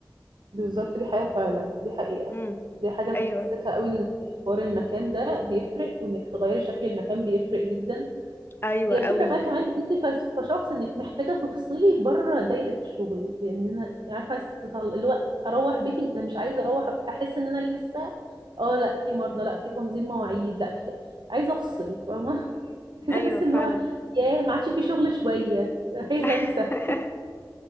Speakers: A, on the right; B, on the left.
A: بالظبط دي حقيقة فعلا دي حقيقة
B: امم
A: دي حاجة أنا
B: ايوه
A: حسيتها قوي إن حوار المكان ده بيفرق وإنك تغيري شكل المكان بيفرق جدا
B: ايوه
A: هي
B: قوي
A: الفكرة بقى كمان أنت كس- كشخص إنك محتاجة تفصلي بره دايرة الشغل لأن أنا عارفة عايز تطل... اللي هو أروح بيتي أنا مش عايزة أروح أف- أحس إن أنا لسه أه لا في مرضى لا في تنظيم مواعيد لا في ك- عايزة أفصل فاهمة <laughs> عايزة
B: ايوه
A: أحس
B: فعلا
A: إن هو ياه ما عادش في شغل شوية عايزة
B: <laughs>
A: أنسى